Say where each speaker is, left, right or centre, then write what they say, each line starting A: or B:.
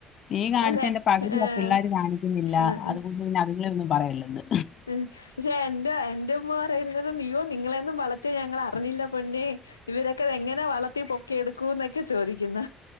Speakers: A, on the left; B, on the left.
A: നീ കാണിച്ച
B: അല്ലെ
A: എന്റെ പകുതി
B: ഏഹ്
A: അഹ് പിള്ളേർ കാണിക്കുന്നില്ല
B: ഏഹ്
A: അത്കൊണ്ട് പിന്നെ അതിങ്ങളെ ഒന്നും പറയല്ലെന്ന്
B: ഉ പക്ഷേ എൻന്റെ എന്റെ ഉമ്മ പറയുന്നത് നീയോ നിങ്ങളൊ ന്നും വളർത്തിയ ഞങ്ങൾ അറിഞ്ഞില്ല പൊന്നെ ഇവരൊക്കെ എങ്ങനെ വളർത്തി പൊക്കി എടുക്കൂന്നൊക്കെ ചോദിക്കുന്ന